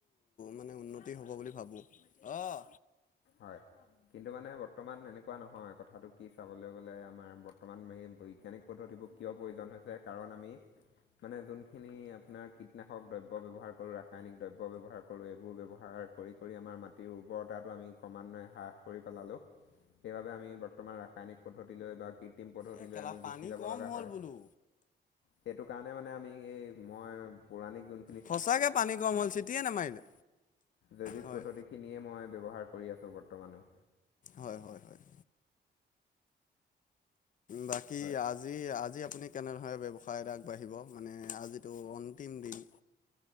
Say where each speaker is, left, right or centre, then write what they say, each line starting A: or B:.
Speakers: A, on the left; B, on the left.
A: মানে উন্নতি হ'ব বুলি ভাবো। অহ,
B: হয়। কিন্তু মানে বৰ্তমান এনেকুৱা নহয়, কথাটো কি চাবলৈ গ'লে আমাৰ বৰ্তমান এই বৈজ্ঞানিক পদ্ধতিবোৰ কিয় প্ৰয়োজন হৈছে? কাৰণ আমি মানে যোনখিনি আপোনাৰ কীটনাশক দ্ৰব্য ব্যৱহাৰ কৰোঁ, ৰাসায়নিক দ্ৰব্য ব্যৱহাৰ কৰোঁ। এইবোৰ ব্যৱহাৰ কৰি-কৰি আমাৰ মাটিৰ উৰ্বৰতাটো আমি ক্ৰমান্বয়ে হ্ৰাস কৰি পেলালোঁ, সেইবাবে আমি বৰ্তমান ৰাসায়নিক পদ্ধতিলৈ বা কৃত্ৰিম পদ্ধতিলৈ
A: এই কেলা
B: আমি
A: পানী
B: গুচি যাব
A: কম
B: লগা
A: হ'ল
B: হয়।
A: বোলো
B: সেইটো কাৰণে মানে আমি এই মই পৌৰাণিক যোন
A: সঁচাকে পানী কম হ'ল চিটিয়ে নামাৰিলে।
B: জৈৱিক
A: হয়
B: পদ্ধতিখিনিয়ে মই ব্যৱহাৰ কৰি আছো বৰ্তমানো।
A: হয়-হয়-হয়। বাকী
B: হয়।
A: আজ যি আজি-আজি আপুনি কেনেধৰৰে ব্যৱসায়ত আগবাঢ়িব মানে আজিটো অন্তিম দিন।